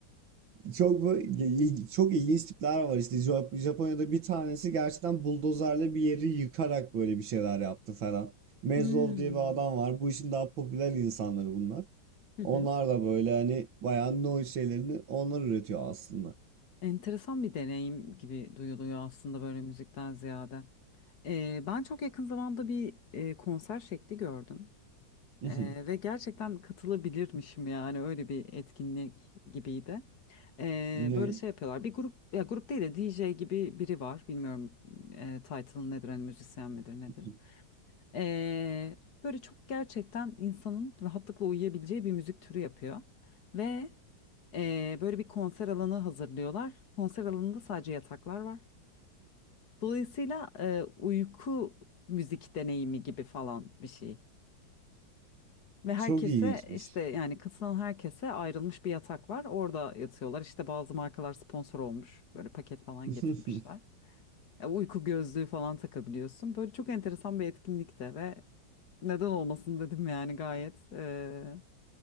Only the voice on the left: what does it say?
Hmm.
Hı
hı.
Enteresan bir deneyim gibi duyuluyor aslında böyle müzikten ziyade. Ee, ben çok yakın zamanda bir e, konser şekli gördüm.
Ee, ve gerçekten katılabilirmişim yani öyle bir etkinlik gibiydi. Ee,
böyle şey yapıyorlar. Bir grup ya grup değil de DJ gibi biri var. Bilmiyorum e, title'ı nedir hani müzisyen midir nedir.
Ee, böyle çok gerçekten insanın rahatlıkla uyuyabileceği bir müzik türü yapıyor. Ve e, böyle bir konser alanı hazırlıyorlar. Konser alanında sadece yataklar var. Dolayısıyla e, uyku müzik deneyimi gibi falan bir şey. Ve herkese
işte yani katılan herkese ayrılmış bir yatak var. Orada yatıyorlar. İşte bazı markalar sponsor olmuş. Böyle paket falan
getirmişler. E, uyku gözlüğü falan takabiliyorsun. Böyle çok enteresan bir etkinlikte ve neden olmasın dedim yani gayet e,